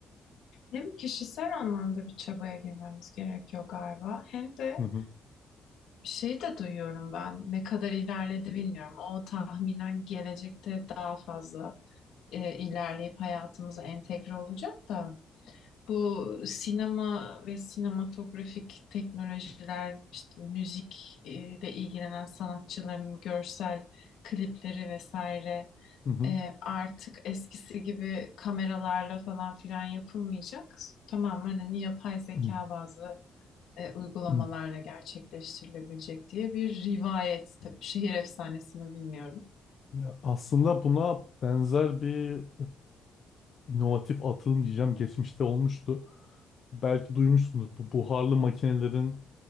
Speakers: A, on the left; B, on the left.
A: Hem kişisel anlamda bir çabaya girmemiz gerekiyor galiba, hem de
B: Hı hı.
A: Şeyi de duyuyorum ben. Ne kadar ilerledi bilmiyorum. O tahminen gelecekte daha fazla e, ilerleyip hayatımıza entegre olacak da. Bu sinema ve sinematografik teknolojiler, işte müzikle ilgilenen sanatçıların görsel klipleri vesaire
B: Hı hı.
A: e, artık eskisi gibi kameralarla falan filan yapılmayacak. Tamamen hani yapay zeka
B: Hı
A: bazlı e, uygulamalarla
B: hı.
A: gerçekleştirilebilecek diye bir rivayet. Tabii şehir efsanesini bilmiyorum.
B: Ya aslında buna benzer bir e, inovatif atılım diyeceğim geçmişte olmuştu. Belki duymuşsundur bu buharlı makinelerin